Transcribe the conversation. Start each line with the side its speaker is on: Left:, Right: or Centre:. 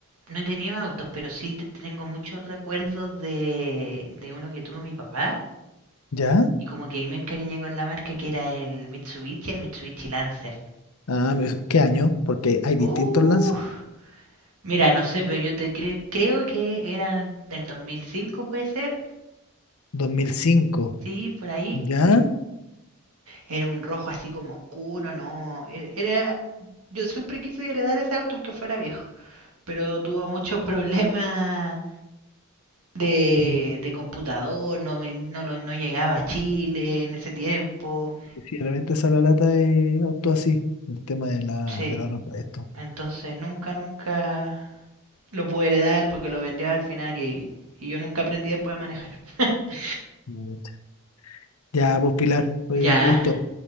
Right: no he tenido autos, pero sí te- tengo muchos recuerdos de, de uno que tuvo mi papá.
Left: ¿Ya?
Right: Y como que ahí me encariñé con la marca que era el Mitsubishi, el Mitsubishi Lancer.
Left: Ah, me- ¿qué año? Porque hay distintos
Right: Uh,
Left: lances.
Right: Mira, no sé, pero yo te cre- creo que eran del 2005, puede ser.
Left: 2005.
Right: Sí, por ahí.
Left: ¿Ya?
Right: Era un rojo así como oscuro, no. e- Era, yo siempre quise heredar ese auto aunque fuera viejo, pero tuvo muchos <laughs> problemas de,
Left: Mm,
Right: de computador, no, ven- no, lo- no llegaba a Chile en ese tiempo.
Left: Sí, realmente sale la lata de autos así. El tema de la,
Right: Sí,
Left: de los repuestos.
Right: entonces nunca, nunca lo pude heredar porque lo vendía al final y, y yo nunca aprendí después a manejar. <laughs>
Left: Pucha. Ya, pues Pilar, oye,
Right: Ya,
Left: un gusto.